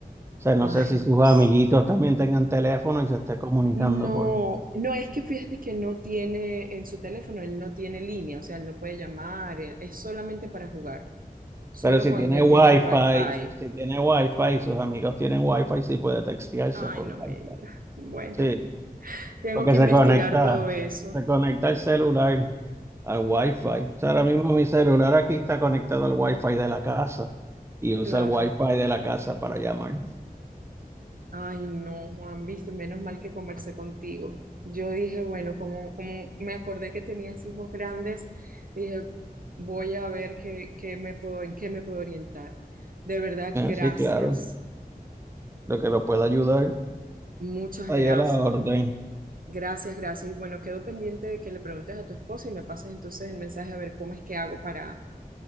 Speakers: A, on the right; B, on the right.
A: sea, no
B: Ay,
A: sé si sus
B: Dios.
A: amiguitos también tengan teléfono y se esté comunicando
B: No,
A: por...
B: no, es que fíjate que no tiene en su teléfono, él no tiene línea, o sea, él no puede llamar, él- es solamente para jugar, solo
A: Pero si
B: cuando
A: tiene wifi,
B: tiene el wifi.
A: si tiene wifi y sus amigos tienen wifi, sí puede textearse
B: Ay,
A: por
B: no me
A: wifi.
B: diga. Bueno,
A: Sí.
B: tengo
A: Porque
B: que
A: se
B: investigar
A: conecta,
B: todo eso.
A: se conecta el celular al Wi-Fi. O sea, ahora mismo mi celular aquí está conectado al Wi-Fi de la casa y usa
B: Claro.
A: el Wi-Fi de la casa para llamar.
B: Ay, no, Juan, viste, menos mal que conversé contigo. Yo dije, bueno, como, como me acordé que tenías hijos grandes, dije, voy a ver qué, qué me puedo, en qué me puedo orientar. De verdad,
A: Ah,
B: gracias.
A: sí, claro. Lo que lo pueda ayudar,
B: Muchas
A: ahí
B: gracias.
A: a la orden.
B: Gracias, gracias. Y bueno, quedo pendiente de que le preguntes a tu esposa y me pases entonces el mensaje a ver cómo es que hago para,